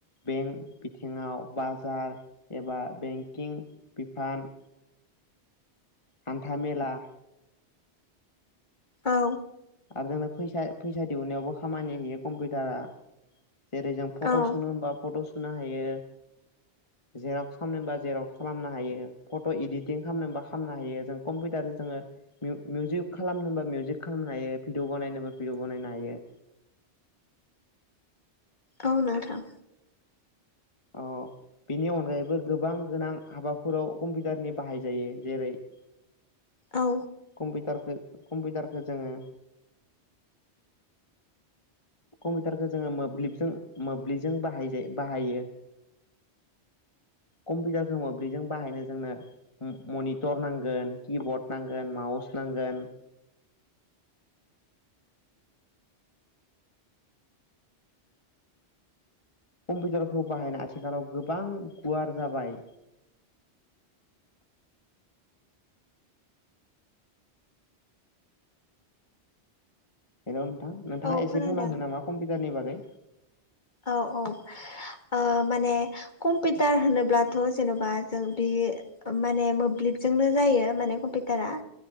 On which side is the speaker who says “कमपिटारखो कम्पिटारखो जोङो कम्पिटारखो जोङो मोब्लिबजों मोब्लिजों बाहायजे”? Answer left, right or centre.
Left